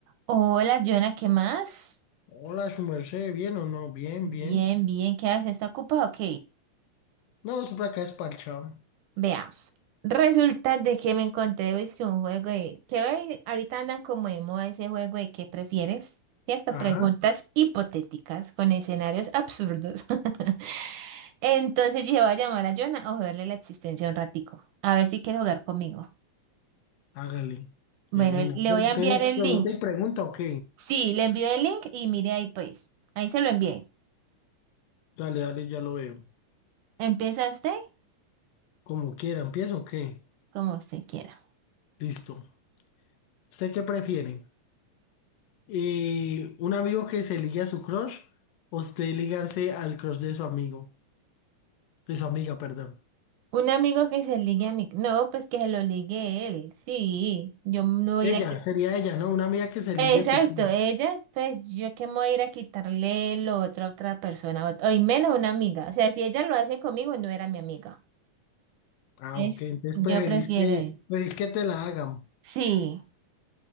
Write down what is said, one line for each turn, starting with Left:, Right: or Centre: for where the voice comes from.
Right: Hola, Jonah, ¿qué más?
Left: Hola, su merced, ¿bien o no? Bien,
Right: Bien,
Left: bien.
Right: bien, ¿qué haces? ¿Está ocupado? Ok,
Left: No, siempre acá es parchado.
Right: veamos. Resulta de que me encontré hoy que un juego de... que hoy ahorita andan como de moda ese juego de ¿qué prefieres? ¿Cierto?
Left: Ajá,
Right: Preguntas hipotéticas con escenarios absurdos. <laughs> Entonces yo voy a llamar a Jonah a joderle la existencia un ratico. A ver si quiere jugar conmigo.
Left: hágale,
Right: Bueno,
Left: de una.
Right: le
Left: Pero
Right: voy a
Left: ustedes
Right: enviar el
Left: pregunta
Right: link.
Left: y pregunta, ok.
Right: Sí, le envío el link y mire ahí pues. Ahí se lo envié.
Left: Dale, dale, ya lo veo.
Right: Empieza usted
Left: Como quiera, ¿empiezo o qué?
Right: como usted quiera.
Left: Listo. ¿Usted qué prefiere? Eh, ¿un amigo que se ligue a su crush o usted ligarse al crush de su amigo? De su amiga, perdón.
Right: Un amigo que se ligue a mi... No, pues que se lo ligue él. Sí, yo no voy
Left: Ella,
Right: a ir a quitar...
Left: sería ella, ¿no? Una amiga que se ligue
Right: Exacto,
Left: a tu crush.
Right: ella, pues yo que me voy a ir a quitarle lo otro a otra persona, ot- o, y menos una amiga. O sea, si ella lo hace conmigo, no era mi amiga.
Left: Ah,
Right: Es,
Left: ok, entonces
Right: yo
Left: preferís
Right: Bueno. prefiero
Left: que,
Right: eso.
Left: preferís que te la hagan.
Right: Sí,